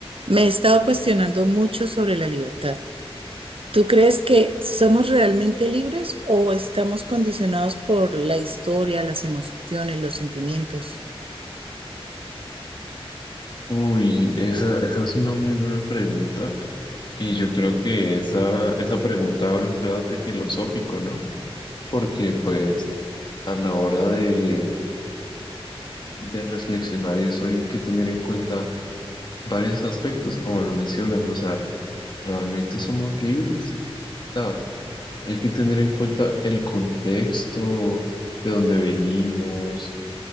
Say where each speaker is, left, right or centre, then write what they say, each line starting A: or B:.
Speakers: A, on the right (about 65°); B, on the left (about 50°).
A: Me he estado cuestionando mucho sobre la libertad. ¿Tú crees que somos realmente libres o estamos condicionados por la historia, las emociones, los sentimientos?
B: Uy, esa, esa es una muy buena pregunta y yo creo que esa, esa pregunta abre un debate filosófico, ¿no? Porque pues a la hora de, de reflexionar eso hay que tener en cuenta varios aspectos, como lo mencionas, o sea, ¿realmente somos libres? O sea, hay que tener en cuenta el contexto, de dónde venimos,